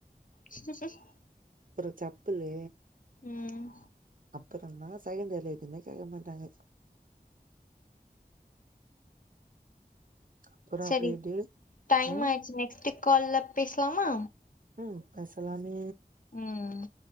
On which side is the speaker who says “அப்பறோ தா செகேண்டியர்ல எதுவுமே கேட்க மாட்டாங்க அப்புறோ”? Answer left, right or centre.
Right